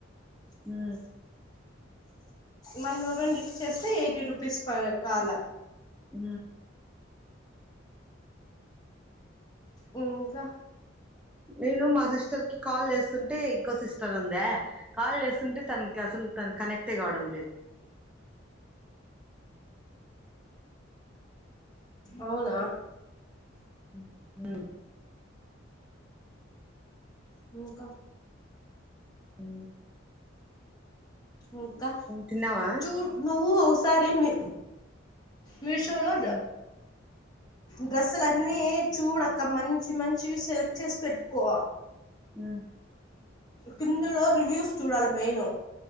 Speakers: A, in the centre; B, on the left.
A: ఆ
B: మనం ఎవరైనా లిఫ్ట్ చేస్తే ఎయిటీ రూపీస్ ప కాల
A: అ
B: ఇ ఇంకా
A: నేను మా సిస్టర్ కి కాల్ చేస్తుంటే ఇంకో సిస్టర్ ఉందా కాల్ చేస్తుంటే తన అసలు తను కనెక్ట్ కావడం లేదు
B: అవునా
A: <inaudible>
B: <inaudible>
A: అ
B: ఇంకా
A: తిన్నావా
B: చూడు నువ్వు ఓసారి మీ మీషోలో
A: ఉమ్
B: డ్రెస్సులన్నీ చూడక్క మంచి మంచివి సెలెక్ట్ చేసి పెట్టుకో
A: ఉమ్
B: కిందలో రివ్యూస్ చూడాలి మెయిను